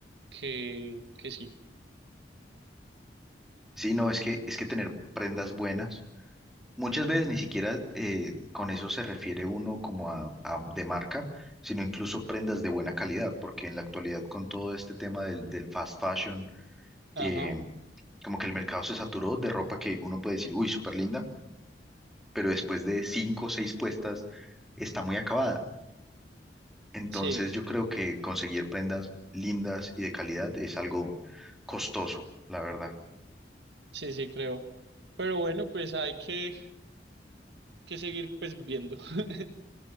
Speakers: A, on the right (about 75°); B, in the centre.
A: que, que sí.
B: Sí, no, es que, es que tener prendas buenas, muchas veces ni siquiera eh, con eso se refiere uno como a, a- de marca, sino incluso prendas de buena calidad, porque en la actualidad con todo este tema del, del fast fashion, eh,
A: Ajá,
B: como que el mercado se saturó de ropa que uno puede decir, uy, súper linda, pero después de cinco o seis puestas está muy acabada. Entonces
A: sí,
B: yo creo que conseguir prendas lindas y de calidad es algo costoso, la verdad.
A: sí, sí, creo. Pero bueno, pues hay que, que seguir pues viendo. <laughs>